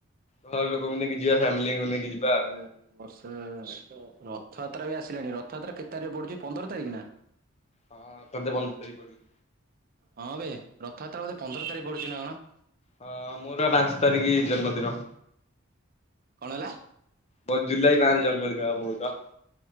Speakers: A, on the left (about 30°); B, on the right (about 45°).
A: ଘର ଲୋକଙ୍କୁ ନେଇକି ଯିବା। ଫ୍ୟାମିଲିଙ୍କୁ ନେଇକି ଯିବା ଆଉ।
B: ଏ ବର୍ଷା ତ। ରଥ ଯାତ୍ରା ବି ଆସିଲାଣି। ରଥଯାତ୍ରା କେତେ ତାରିଖ ପଡୁଛି? ପନ୍ଦର ତାରିଖ ନା?
A: ହଁ। ବୋଧେ ପନ୍ଦର୍ ତାରିଖ ପଡୁଛି।
B: ହଁ ବେ। ରଥ ଯାତ୍ରା ବୋଧେ ପନ୍ଦର ତାରିଖ ପଡୁଛି ନା କଣ?
A: ହଁ। ମୋର ପାଞ୍ଚ ତାରିଖ୍ ଜନ୍ମ ଦିନ।
B: କଣ ହେଲା?
A: ମୋର୍ ଜୁଲାଇ ବାରରେ ଜନ୍ମଦିନ ପା ମୋର।